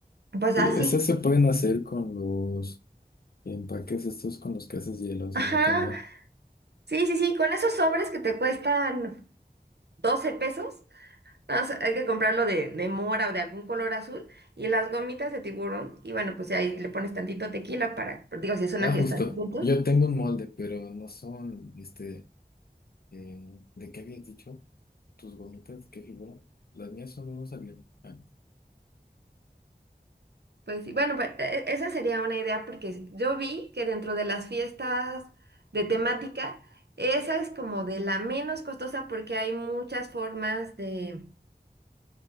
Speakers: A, on the right; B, on the left.
A: pues
B: Sí,
A: así.
B: esas se pueden hacer con los empaques estos con los que haces hielos,
A: Ajá.
B: ¿no? También.
A: Sí, sí, sí, con esos sobres que te cuestan 12 pesos, nada más hay que comprarlo de, de mora o de algún color azul y las gomitas de tiburón. Y bueno, pues ahí le pones tantito tequila para, digo, si es una
B: Ah,
A: fiesta
B: justo.
A: de adultos.
B: Yo tengo un molde, pero no son, este, eh, ¿de qué habías dicho? ¿Tus gomitas? ¿Qué figura? Las mías son unos aviones. Ah,
A: Pues sí, bueno, pues e- e-, esa sería una idea porque yo vi que dentro de las fiestas de temática, esa es como de la menos costosa porque hay muchas formas de,